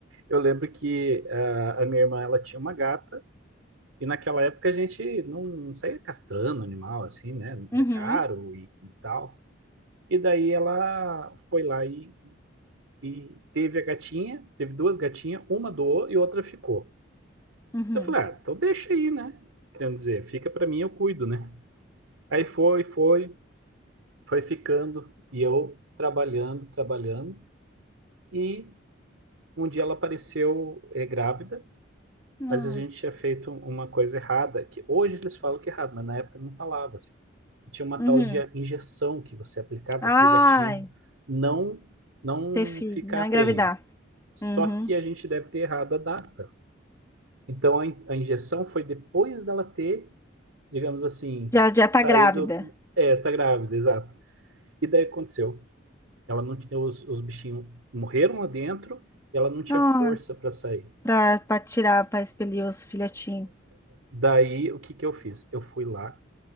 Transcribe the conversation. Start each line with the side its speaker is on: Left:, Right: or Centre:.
Right: eu lembro que ah, a minha irmã, ela tinha uma gata, e naquela época a gente não saía castrando animal, assim, né?
Left: Uhum.
Right: Era caro e, e tal. E daí ela foi lá e, e teve a gatinha, teve duas gatinhas, uma doou e outra ficou.
Left: Uhum.
Right: Eu falei, ah, então deixa aí, né? Querendo dizer, fica pra mim, eu cuido, né? Aí foi, foi, foi ficando, e eu trabalhando, trabalhando, e um dia ela apareceu eh, grávida,
Left: Não.
Right: mas a gente tinha feito uma coisa errada, que hoje eles falam que é errado, mas na época não falava assim. Tinha uma
Left: Uhum.
Right: tal de injeção que você aplicava
Left: Ai,
Right: para o gatinho não não
Left: ter filho,
Right: ficar
Left: não engravidar.
Right: prenho. Só
Left: Uhum.
Right: que a gente deve ter errado a data. Então a, in- a injeção foi depois dela ter, digamos assim,
Left: Já, já tá
Right: saído.
Left: grávida.
Right: É, está grávida, exato. E daí aconteceu. Ela não tinha, os, os bichinhos morreram lá dentro e ela não tinha
Left: Ah,
Right: força para sair.
Left: pra, pra tirar, pra expelir os filhotinhos.
Right: Daí o que que eu fiz? Eu fui lá,